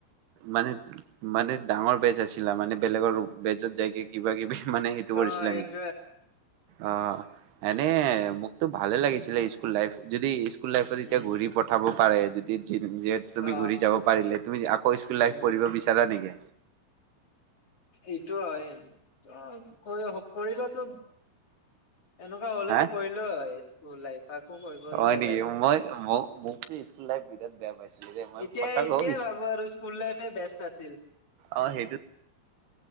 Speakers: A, on the right (about 85°); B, on the left (about 35°).
A: মানে, মানে ডাঙৰ বেজ আছিলা, মানে বেলেগৰ বেজত যাইগে কিবা কিবি, মানে সেইটো
B: অ
A: কৰিছিলা
B: এইটোয়ে
A: নেকি? অ, এনে মোকতো ভালে লাগিছিলে, স্কুল লাইফ যদি, স্কুল লাইফত
B: উম
A: এতিয়া ঘূৰি পঠাব পাৰে যদি যেদ তুমি
B: অ
A: ঘূৰি যাব পাৰিলে তুমি আকৌ স্কুল
B: উম
A: লাইফ পঢ়িব বিচাৰা নেকি?
B: এইটো হয়, ত কৰিলে তো, এনেকুৱা হলেতো
A: হা
B: কৰিলো হয় স্কুল লাইফ আকৌ কৰিব ইচ্ছা
A: হয় নেকি
B: যায়।
A: মই মোকতো লাইফ বিৰাট বেয়া পাইছিলো যে, মই
B: এতিয়াই,
A: সঁচা
B: এতিয়াই
A: কওঁ
B: ভাবো আৰু স্কুল লাইফে বেষ্ট আছিল।
A: অ সেইটো,